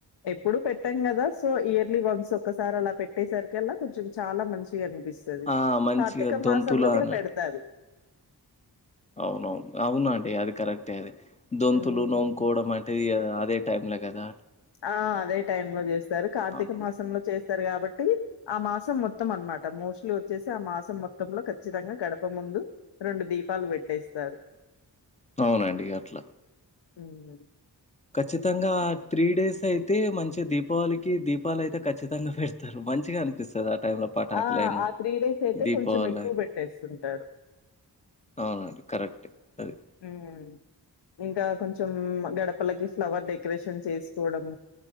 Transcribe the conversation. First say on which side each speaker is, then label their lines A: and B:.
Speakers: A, on the left; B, on the left.
A: ఎప్పుడు పెట్టాం కదా సో ఇయర్లీ వన్స్ ఒకసారి అలా పెట్టేసారు. కల్లా కొంచెం చాలా మంచిగా అనిపిస్తది
B: ఆ మంచిగా
A: కార్తీక
B: దొంతులు
A: మాసంలో కూడా
B: అన
A: పెడతారు.
B: అవునవును అవునండి అది కరెక్టే అది దొంతులు
A: హ్మ్.
B: నొముకోవడం అంటేదిగా ఇదే టైం లేగద
A: ఆ అదే టైమ్ లో చేస్తారు కార్తీక
B: అవును
A: మాసంలో చే స్తారు కాబట్టి ఆ మాసం మొత్తం అనమాట మోస్ట్లీ వచ్చేసి ఆ మాసం మొత్తంలో ఖచ్చితంగా గడప ముం దు రెండు దీపాలు పెట్టేస్తారు.
B: అవునండి అట్లా
A: అవునండి
B: ఖచ్చితంగా త్రీ డేస్ అయితే మంచిగా దీపావళికి దీపాలు అయితే ఖచ్చి తంగా పెడతారు మంచిగా అనిపిస్తది అ టైమ్ లో పాఠకలేనా,
A: ఆ! ఆ డేస్ అయితే
B: దీపవాలైన
A: కొంచెం ఎక్కువ పెట్టేస్తుంటారు.
B: అవునండి కరెక్ట్ అది
A: మ్ ఇంకా కొంచెం గడపలకి ఫ్లవర్ డెకరేషన్ చేసుకోవడం